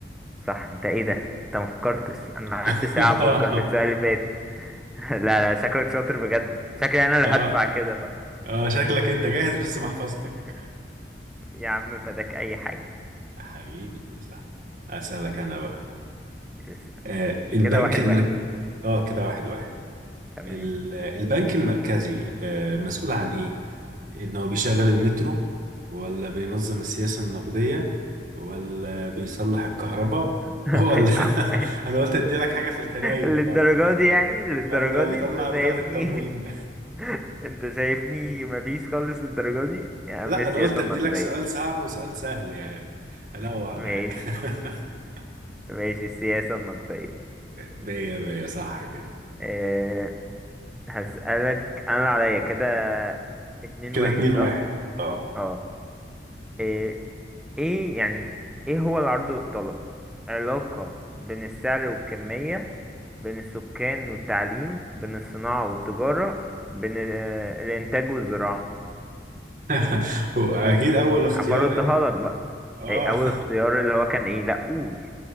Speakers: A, in the centre; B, on the right.
A: صح انت ايه ده انت ما فكرتش انا قعدت
B: <laughs>
A: ساعة افكر
B: اه
A: في السؤال اللي فات <laughs> لا لا شكلك شاطر بجد شكلي انا اللي
B: اه
A: هدفع كده بقى
B: اه شكلك انت جاهز بس محفظتك
A: <laughs> يا عم فداك اي حاجة
B: حبيبي صح اسالك انا بقى
A: اسأل.
B: آه البنك
A: كده واحد
B: المركزي
A: واحد
B: اه كده واحد واحد
A: تمام
B: ال- البنك المركزي آه، مسؤول عن ايه؟ انه بيشغل المترو ولا بينظم السياسة النقدية ولا بيصلح الكهرباء
A: <laughs>
B: ولا
A: يا عم
B: <laughs> انا قلت ادي لك حاجة في الحنين
A: للدرجة
B: برضه <laughs>
A: دي يعني للدرجة
B: ولا
A: دي
B: بيطلع
A: انت شايفني
B: بطاقة التموين
A: <laughs> انت شايفني مفيش خالص للدرجة دي
B: <laughs>
A: يا عم
B: لا
A: السياسة
B: انا قلت ادي
A: النقدية
B: لك سؤال صعب وسؤال سهل يعني انوع
A: ماشي
B: معاك <laughs>
A: ماشي السياسة النقدية
B: مية مية صح كده
A: أه هسألك أنا اللي عليا كده اتنين
B: كده
A: واحد
B: اتنين
A: صح؟
B: واحد اه
A: اه ايه ايه يعني ايه هو العرض والطلب؟ علاقة بين السعر والكمية بين السكان والتعليم بين الصناعة والتجارة بين ال- الإنتاج والزراعة
B: <laughs> هو اكيد اول اختيار
A: هبردها
B: يعني
A: لك بقى
B: اه
A: ايه أول اختيار اللي هو كان ايه؟ لأ قول